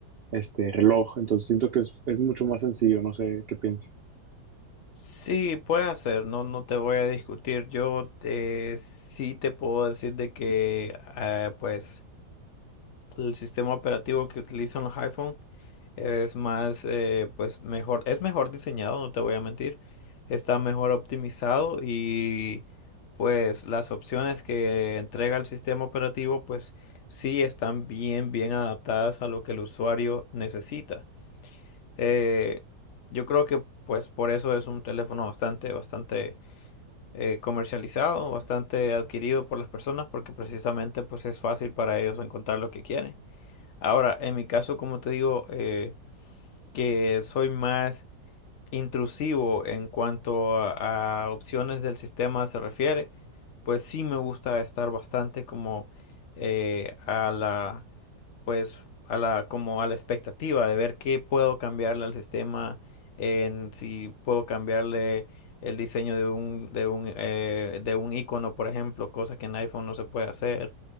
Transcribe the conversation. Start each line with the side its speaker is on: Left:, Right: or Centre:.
Right: este reloj, entonces siento que es, es mucho más sencillo, no sé qué piensas.
Left: Sí, puede ser, no, no te voy a discutir. Yo eh, sí te puedo decir de que, eh, pues. el sistema operativo que utilizan los iPhone es más, eh, pues mejor, es mejor diseñado, no te voy a mentir, está mejor optimizado y pues las opciones que entrega el sistema operativo pues sí están bien, bien adaptadas a lo que el usuario necesita. Eh, yo creo que pues por eso es un teléfono bastante, bastante eh, comercializado, bastante adquirido por las personas porque precisamente pues es fácil para ellos encontrar lo que quieren. Ahora, en mi caso, como te digo, eh, que soy más intrusivo en cuanto a, a opciones del sistema se refiere, pues sí me gusta estar bastante como eh, a la pues a la como a la expectativa de ver qué puedo cambiarle al sistema, en si puedo cambiarle el diseño de un de un eh, de un icono, por ejemplo, cosas que en iPhone no se puede hacer.